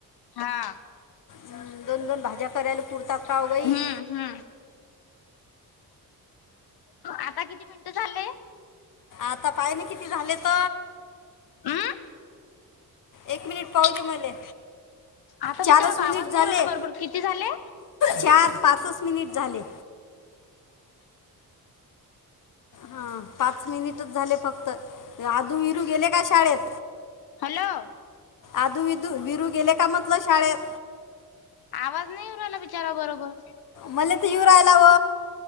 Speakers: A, on the left (about 80°); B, on the left (about 55°).
A: हा
B: हं, दोन दोन भाज्या करायला पुरतात का हो बाई
A: हम्म हम्म. आता किती मिनिटं झाले?
B: आता पाय ना किती झालेत?
A: हम्
B: एक मिनिट पाहूदे मले.
A: आता
B: चारच
A: बिचारा ब
B: मिनिट
A: आवाज
B: झाले
A: नाई येवू रायला बरोबर किती झाले?
B: चार पाचचं मिनिट झाले. हा पाच मिनिटचं झाले फक्त आदू विरू गेले का शाळेत?
A: हॅलो.
B: आधु विधू विरू गेले का म्हटलं शाळेत?
A: आवाज नाही येऊ राहिला बिचारा बरोबर.
B: मले तर येऊ रायला व.